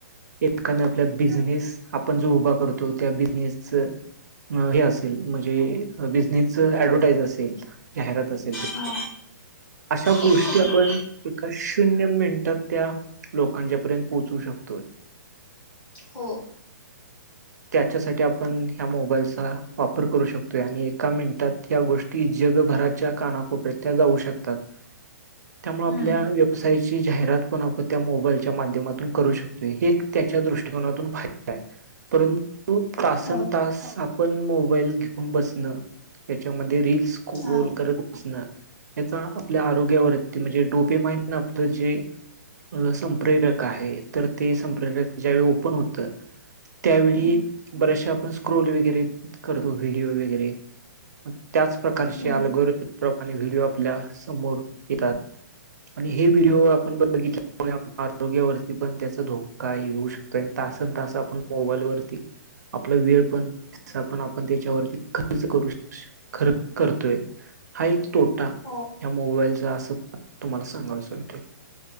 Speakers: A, on the right; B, on the left.
A: एकाने आपला बिझनेस आपण जो उभा करतो. तो त्या बिझनेसच हे असेल म्हणजे, बिझनेस ऍडव्हटाईज असेल जाहिरात असेल.
B: हा
A: अशा गोष्टी
B: एक मिनिट
A: आपण एका शून्य मिनिटांत. त्या लोकांच्या पर्यंत पोहचू शकतोय.
B: हो.
A: त्याच्यासाठी आपण ह्या मोबाईलचा वापर करू शकतोय आणि एका मिनिटात या गोष्टी जगभराच्या कानाकोपर्यात्या जाऊ शकतात. त्यामुळ आपल्या
B: हम्म
A: व्यवसायाची जाहिरात पण आपण त्या मोबाईलच्या माध्यमातून करू शकतोय हे एक त्याच्या दृष्टकोनातून फायदा आहे परंतु तासनं
B: हो
A: तास आ पण मोबाईल घेऊन बसणं त्याच्यामध्ये रिल्स स्क्रोल
B: हा
A: करत असण याचा आपल्या आरोग्यावरती म्हणजेच डोपेमाइन आपलं जे संप्रेरक आहे तर ते संप्रेरक ज्यावेळी ओपन होतं. त्यावेळी
B: हम्म
A: बरेचशे आपण स्क्रोल वगैरे करतो व्हिडीओ वगैरे त्याच प्रकारची
B: हम्म
A: अलगर प्रकारचे व्हिडिओ आपल्या समोर येतात. आणि हे व्हिडिओ आपण बघितल्यामुळे आपल्या आरोग्यावरती पण त्याचा धोक काही होव शकतेतासन तास आपण मोबाईलवरती आपला वेळ पण पण आपण त्याच्यावरती खर्च करू शको. खरं करतोय. हा एक तोटा ह्या
B: हो
A: मोबाईलचा असं तुम्हाला सांगा वसावाटेल.